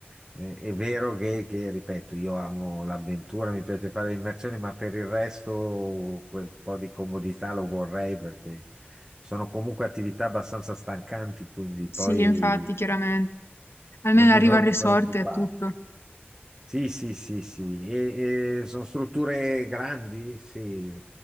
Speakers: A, on the right; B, on the left.
A: eh, è vero che, che, ripeto, io amo l'avventura, mi piace fare le immersioni, ma per il resto quel po' di comodità lo vorrei perché sono comunque attività abbastanza stancanti, quindi
B: Sì,
A: poi
B: infatti, chiaramente. Almeno
A: non mi
B: arriva
A: voglio
B: al resort
A: preoccupare.
B: e è tutto.
A: Sì, sì, sì, sì, e, e sono strutture grandi, sì,